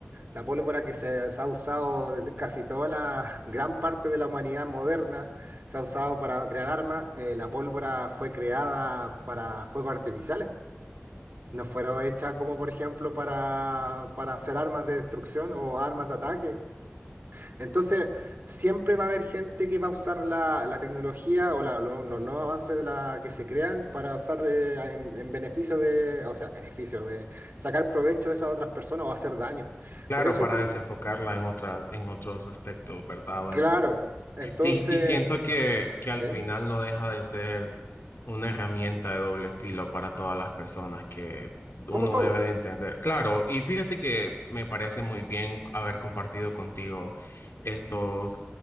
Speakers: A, on the right (about 60°); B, on the left (about 75°).
A: La pólvora que se, se ha usado desde casi toda la <laughs> gran parte de la humanidad moderna, se ha usado para crear armas. eh, la pólvora fue creada para fuegos artificiales. No fueron hechas como, por ejemplo, para, para hacer armas de destrucción o armas de ataque. Entonces, siempre va a haber gente que va a usar la, la tecnología o la- lo- los nuevos avances de la que se crean para usar eh, en, en beneficio de, o sea, beneficio, de sacar provecho de esas otras personas o hacer daño.
B: Claro,
A: Por eso
B: para
A: tal,
B: desenfocarla en otras, en otros aspectos, ¿verdad? O
A: Claro,
B: en
A: entonces,
B: Sí, y siento que, que al
A: ¿sí?
B: final no deja de ser una herramienta de doble filo para todas las personas que uno
A: Como todo.
B: debe de entender. Claro, y fíjate que me parece muy bien haber compartido contigo estos